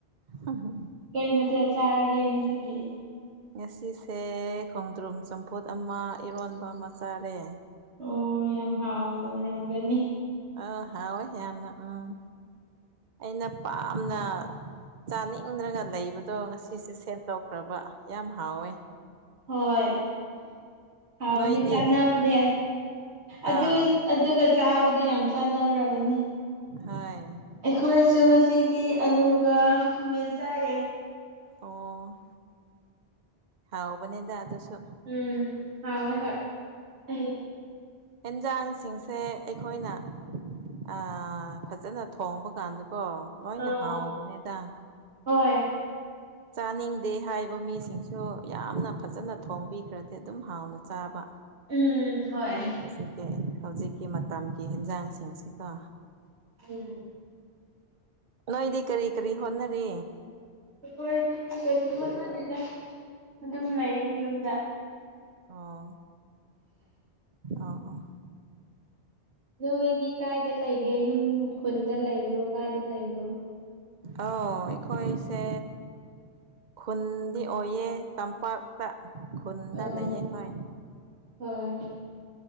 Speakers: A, on the right; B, on the right.
A: ꯍ ꯍ
B: ꯀꯩ ꯃꯊꯦꯜ ꯆꯥꯔꯒꯦ ꯉꯁꯤꯗꯤ
A: ꯉꯁꯤꯁꯦ ꯈꯣꯡꯗ꯭ꯔꯨꯝ ꯆꯝꯐꯨꯠ ꯑꯃ ꯏꯔꯣꯟꯕ ꯑꯃ ꯆꯥꯔꯦ
B: ꯑꯣ ꯌꯥꯝ ꯍꯥꯎꯔꯝꯒꯅꯤ
A: ꯑ ꯍꯥꯎꯑꯣꯣꯏ ꯌꯥꯝꯅ ꯎꯝ ꯑꯩꯅ ꯄꯥꯝꯅ ꯆꯥꯅꯤꯡꯗ꯭ꯔꯒ ꯂꯩꯕꯗꯣ ꯉꯁꯤꯁꯦ ꯁꯦꯝꯗꯣꯛꯈ ꯐ꯭ꯔꯕ ꯌꯥꯝ ꯍꯥꯎꯋꯦ
B: ꯍꯣꯏ ꯍꯥꯎꯕꯅꯦ
A: ꯅꯣꯏꯗꯤ
B: ꯆꯥꯅꯕꯅꯦ ꯑꯗꯨ
A: ꯑꯥ
B: ꯑꯗꯨ ꯆꯥꯕꯗꯤ ꯌꯥꯝ ꯆꯥꯟꯅꯔꯕꯅꯤ
A: ꯍꯣꯏ
B: ꯑꯩꯈꯣꯏꯁꯨ ꯉꯁꯤꯗꯤ ꯑꯂꯨꯒ ꯈꯥꯃꯦꯟ ꯆꯥꯏꯌꯦ
A: ꯑꯣ ꯍꯥꯎꯕꯅꯦꯗ ꯑꯗꯨꯁꯨ
B: ꯎꯝ ꯍꯧꯋꯦ ꯍꯣꯏ ꯑꯩ
A: ꯑꯦꯟꯖꯥꯡꯁꯤꯡꯁꯦ ꯑꯩꯈꯣꯏꯅ ꯑ ꯐꯖꯅ ꯊꯣꯡꯕ ꯀꯥꯟꯗꯀꯣ ꯂꯣꯏꯅ
B: ꯑꯥ
A: ꯍꯥꯎꯕꯅꯦꯗꯪ
B: ꯍꯣꯏ
A: ꯆꯥꯅꯤꯡꯗꯦ ꯍꯥꯏꯕ ꯃꯤꯁꯤꯡꯁꯨ ꯌꯥꯝꯅ ꯐꯖꯅ ꯊꯣꯡꯕꯤ ꯈꯔꯗꯤ ꯑꯗꯨꯝ ꯍꯥꯎꯅ ꯆꯥꯕ
B: ꯎꯝ ꯍꯣꯏ
A: ꯑꯁꯤ ꯍꯧꯖꯤꯛꯀꯤ ꯃꯇꯝꯒꯤ ꯍꯟꯖꯥꯡꯁꯤꯡꯁꯤꯒꯣ
B: ꯎꯝ
A: ꯅꯣꯏꯗꯤ ꯀꯔꯤ ꯀꯔꯤ ꯍꯣꯠꯅꯔꯤ
B: ꯑꯩꯈꯣꯏꯗꯤ ꯀꯩꯒꯤꯅꯗꯤꯗ ꯑꯗꯨꯝ ꯂꯩꯌꯦ ꯌꯨꯝꯗ
A: ꯑꯥ ꯑꯥ ꯑꯥ
B: ꯅꯣꯏꯗꯤ ꯀꯥꯏꯗ ꯂꯩꯒꯦ ꯌꯨꯝ ꯈꯨꯟꯗ ꯂꯩꯕ꯭ꯔꯣ ꯀꯥꯏꯗ ꯂꯩꯕ꯭ꯔꯣ
A: ꯑ ꯑꯩꯈꯣꯏꯁꯦ ꯈꯨꯟꯗꯤ ꯑꯣꯏꯌꯦ ꯇꯝꯄꯥꯛ ꯄ ꯈꯨꯟꯗ
B: ꯑꯣ
A: ꯂꯩꯌꯦ ꯍꯣꯏ
B: ꯍꯣꯏ